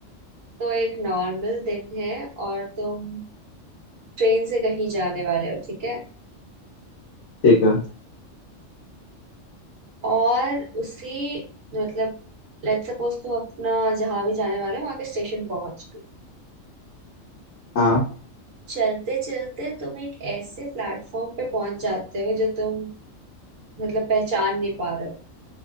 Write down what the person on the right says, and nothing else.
तो एक नॉर्मल दिन है और तुम ट्रेन से कहीं जाने वाले हो ठीक है
और उसी मतलब लेट्स सपोज तुम अपना जहां भी जाने वाले हो वहां के स्टेशन पहुंच गए
चलते चलते तुम एक ऐसे प्लेटफॉर्म पे पहुंच जाते हो जो तुम मतलब पहचान नहीं पा रहे हो